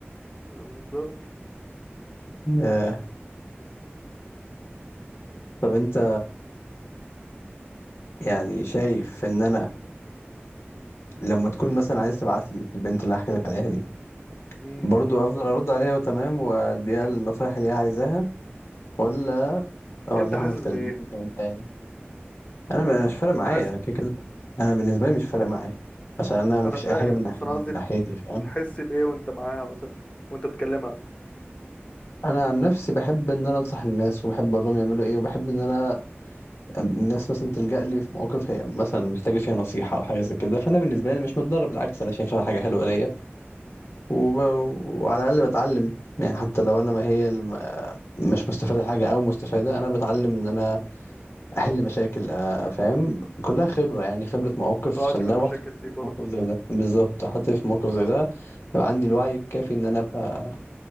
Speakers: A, on the left; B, on the left.
A: آه، بالظبط
B: آه. طب انت يعني شايف ان انا لما تكون مثلا عايز تبعت لي البنت اللي حكيتك عليها دي
A: امم
B: برضو افضل ارد عليها وتمام واديها النصايح اللي هي عايزاها ولا اقول
A: انت
B: لها
A: حاسس
B: ما تكلمنيش
A: بايه
B: مثلا تاني انا انا مش فارق معايا
A: انت حاسس
B: انا كده كده انا بالنسبة لي مش فارق معايا عشان انا مفيش
A: انا فاهم
B: اي حاجة من ناحية
A: بس انا
B: من
A: قصدي
B: ناحيتي فاهم
A: بتحس بايه وانت معاها مثلا وانت بتكلمها
B: انا عن نفسي بحب ان انا انصح الناس وبحب اقول لهم يعملوا ايه وبحب ان انا الناس مثلا تلجأ لي في مواقف هي مثلا محتاجه فيها نصيحه او حاجه زي كده فانا بالنسبه لي أنا مش متضرر بالعكس انا شايفها حاجه حلوه ليا وب... وعلى الاقل بتعلم يعني حتى لو انا ما هي الم... مش مستفاده حاجه او مستفاده انا بتعلم ان انا احل مشاكل آه، فاهم كلها خبره يعني خبره مواقف
A: ما تقعش
B: عشان
A: في
B: لو
A: المشاكل
B: رحت في
A: دي برضو
B: موقف زي ده بالظبط حطيت في موقف زي ده يبقى عندي الوعي الكافي ان انا ابقى